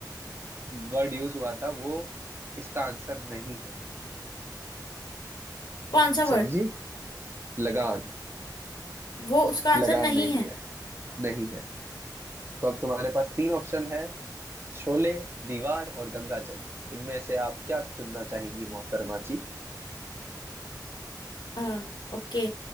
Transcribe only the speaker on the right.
वर्ड यूज हुआ था वो इसका आंसर नहीं है
समझी
लगान
लगान
नहीं
है नहीं है तो अब तुम्हारे पास तीन ऑप्शन है शोले दीवार और गंगा जल इनमें से आप क्या चुनना चाहेंगी मोहतरमा जी